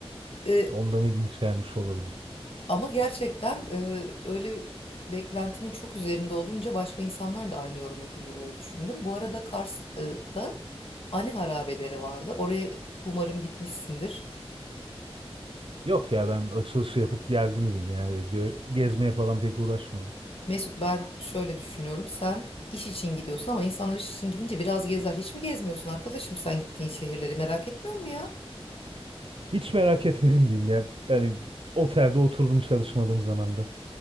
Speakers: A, on the left (about 60°); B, on the right (about 55°).
A: e,
B: ondan ilginç gelmiş olabilir.
A: ama gerçekten e, öyle beklentimin çok üzerinde olunca başka insanlar da aynı yorum yapınca böyle düşündüm. Bu arada Kars'da Ani harabeleri vardı. Oraya umarım gitmişsindir.
B: Yok ya ben açılışı yapıp geldim diyeyim ya. Öyle gö- gezmeye falan pek uğraşmadım.
A: Mesut ben şöyle düşünüyorum. Sen iş için gidiyorsun ama insanlar iş için gidince biraz gezer. Hiç mi gezmiyorsun arkadaşım sen gittiğin şehirleri merak etmiyor mu ya?
B: Hiç merak etmedim diyeyim ya. Yani otelde oturdum çalışmadığım zamanda.